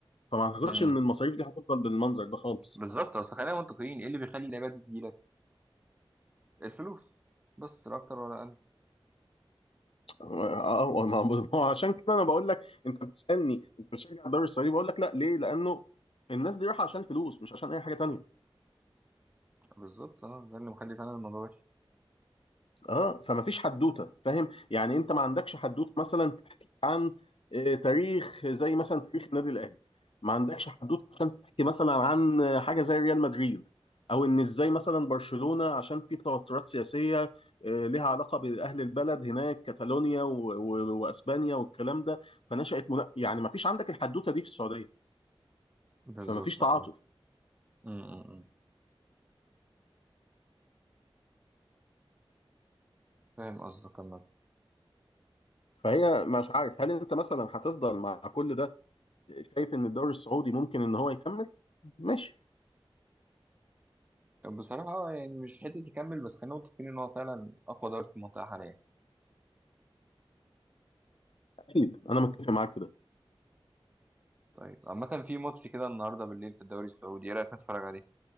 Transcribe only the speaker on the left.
فما اعتقدش
ان المصاريف دي هتفضل بالمنظر ده خالص
اه ما ما- ما هو عشان كده انا بقول لك انت بتسالني انت بتشجع الدوري السعودي بقول لك لا ليه؟ لانه الناس دي رايحه عشان فلوس مش عشان اي حاجه تانيه
اه فما فيش حدوته فاهم يعني انت ما عندكش حدوته مثلا تحكي عن آه، تاريخ زي مثلا تاريخ النادي الاهلي ما عندكش حدوته عشان تحكي مثلا عن آه، حاجه زي ريال مدريد او ان ازاي مثلا برشلونه عشان في توترات سياسيه آه، لها علاقه باهل البلد هناك كاتالونيا و- و- واسبانيا والكلام ده فنشأت منا... يعني ما فيش عندك الحدوته دي في السعوديه
فما فيش تعاطف
فهي مش عارف هل انت مثلا هتفضل مع كل ده شايف ان الدوري السعودي ممكن ان هو يكمل ماشي
اكيد انا متفق معاك في ده